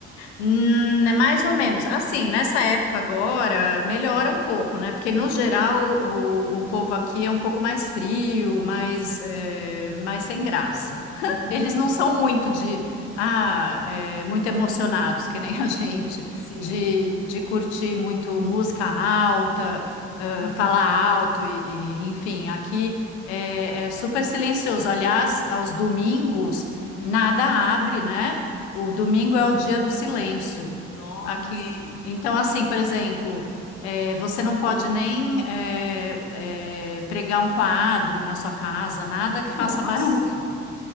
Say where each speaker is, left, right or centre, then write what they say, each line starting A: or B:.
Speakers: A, on the left (about 80°); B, on the left (about 50°).
A: Hum, é mais ou menos. Assim, nessa época agora melhora um pouco, né? Porque no geral o, o povo aqui é um pouco mais frio, mais,
B: Isso.
A: é, mais sem graça.
B: Uhum,
A: <laughs> Eles não são muito de ah, é, muito emocionados, que nem a gente,
B: Sim.
A: de, de curtir muito música alta, ah,
B: Uhum.
A: falar alto, e, e, enfim, aqui é, é super silencioso. Aliás, aos domingos,
B: Hum,
A: nada abre, né? O domingo é o dia do silêncio.
B: nossa,
A: Aqui, então, assim, por exemplo, eh, você não pode nem eh, eh, pregar um quadro na sua casa, nada que faça
B: nossa,
A: barulho.